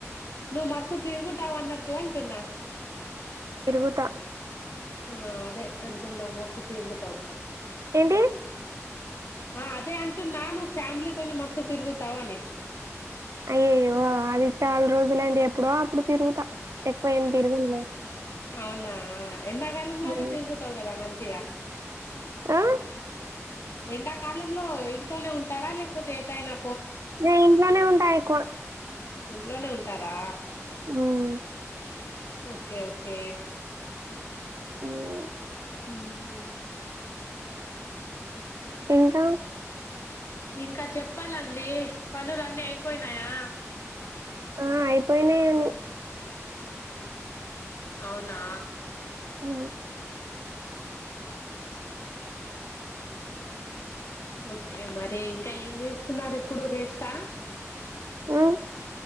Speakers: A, on the left; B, on the right.
A: నువ్వు మస్తు తిరుగుతావు అన్నట్టు అంటున్నా
B: తిరుగుతా
A: ఆ అదే అంటున్నా మస్తు తిరుగుతావు
B: ఏంటి
A: ఆ అదే అంటునాను ఫ్యామిలీతోనీ మస్త్ తిరుగు తవానీ
B: అయ్యోయ్యో అది చాలా రోజులైంది ఎప్పుడో అప్పుడు తిరుగుతా ఎక్కువ ఏమి తిరగనులే
A: అవునా ఎండాకాలంలో
B: ఉమ్.
A: అయితే తిరుగుతావు కదా మంచి చ్చ
B: ఆ
A: ఎండాకాలంలో ఇంట్లోనే ఉంటారా లేకపోతే ఏదైనా
B: నేను ఇంట్లోనే ఉంటా ఎక్కువ
A: ఇంట్లోనే ఉంటారా
B: మ్మ్
A: ఓకే ఓకే
B: మ్మ్
A: మ్మ్
B: ఇంకా
A: ఇంకా చెప్పాలండి పనులున్నీ అయిపోయినాయా
B: ఆ అయిపోయినయి
A: అవునా
B: అ
A: ఓకే మరి ఇంకా ఏం చేస్తున్నారు ఇప్పుడు రేస్తా
B: ఆ